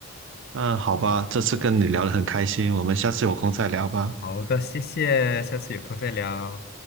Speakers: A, on the right (about 60°); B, on the left (about 50°).
A: 那好吧，这次跟你聊得很开心，我们下次有空再聊吧。
B: 好的，谢谢，下次有空再聊。